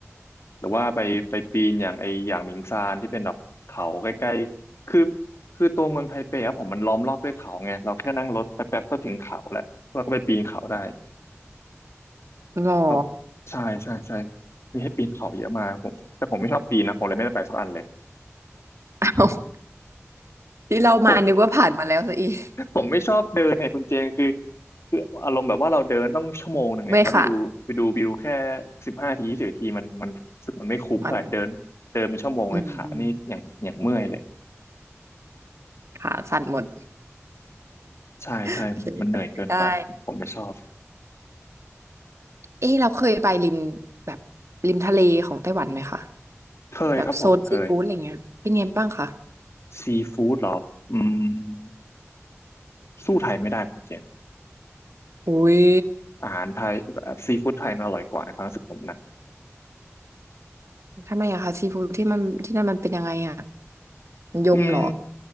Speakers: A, on the left (about 60°); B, on the right (about 70°).
A: หรือว่าไปไปปีนอย่างไออย่างหมิงซานที่เป็นแบบเขาใกล้ๆคือคือตัวเมืองไทเปครับผมมันล้อมรอบด้วยเขาไงเราแค่นั่งรถแป๊บๆก็ถึงเขาแล้วเราก็ไปปีนเขาได้
B: หรอ
A: ก็ใช่ใช่ใช่มีให้ปีนเขาเยอะมากครับผมแต่ผมไม่ชอบปีนนะผมเลยไม่ได้ไปสักอันเลย
B: เอาที่เรามานึกว่าผ่านมาแล้วซะอีก
A: <laughs> ผม ผมไม่ชอบเดินไงคุณเจงคือคืออารมณ์แบบว่าเราเดินต้องชั่วโมงหนึ่งเนี่ยแล้วไปดูไปดูวิวแค่
B: ไม่ค่ะ
A: สิบห้าทียี่สิบทีมันมันรู้สึกมันไม่คุ้มเท่าไหร่เดินเดินเป็นชั่วโมงเลยขานี่อย่างอย่างเมื่อยเลย
B: มันอืมอืมขาสั่นหมด
A: ใช่ใช่มันมันเหนื่อยเกินไปผมผมไม่ชอบ
B: โอเคเข้าใจได้เอ๊ะเราเคยไปริมแบบริมทะเลของไต้หวันไหมคะ
A: เคยครับผมเคย
B: แบบโซนซีฟู้ดอะไรเงี้ยเป็นไงบ้างคะ
A: ซีฟู้ดหรออืมสู้ไทยไม่ได้คุณเจน
B: อุ้ย
A: อาหารไทยซีฟู้ดไทยมันอร่อยกว่าในความรู้สึกผมนะ
B: ทำไมอะคะซีฟู้ดที่มันที่นั่นมันเป็นยังไงอะมันยมเหรอ
A: อืม